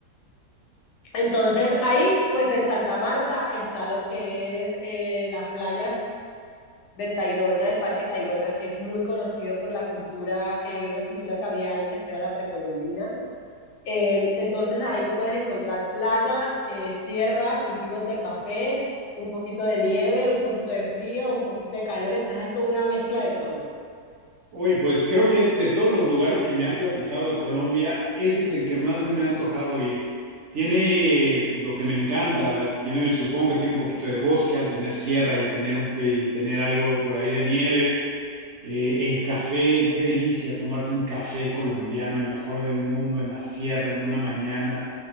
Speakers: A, on the left (about 80°); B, on the right (about 55°).
A: Entonces, ahí, pues en Santa Marta está lo que es eh, las playas del Tayrona, del Parque Tayrona, que es muy conocido por la cultura, eh, una cultura que había antes, que era la precolombina. Eh, entonces ahí tú puedes encontrar playa, eh, sierra, cultivos de café, un poquito de nieve, un poquito de frío, un poquito de calor, entonces hay como una mezcla de todo.
B: Uy, pues creo que es de todos los lugares que me han platicado de Colombia, ese es el que más se me ha antojado ir. Tiene pues, lo que me encanta, tiene, supongo que tiene un poquito de bosque al tener sierra y tener un, y tener algo por ahí de nieve. Eh, el café, qué delicia tomarte un café colombiano, el mejor del mundo, en la sierra, en una mañana.